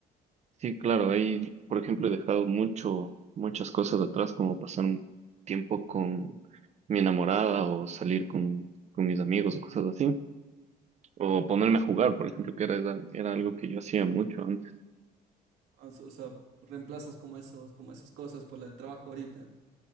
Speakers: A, on the right; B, on the right.
A: sí, claro, ahí, por ejemplo, he dejado mucho, muchas cosas atrás, como pasar un tiempo con mi enamorada o salir con, con mis amigos o cosas así, o ponerme a jugar, por ejemplo, que era, esa- era algo que yo hacía mucho antes.
B: O s- o sea, reemplazas como esos, como esas cosas por la del trabajo ahorita.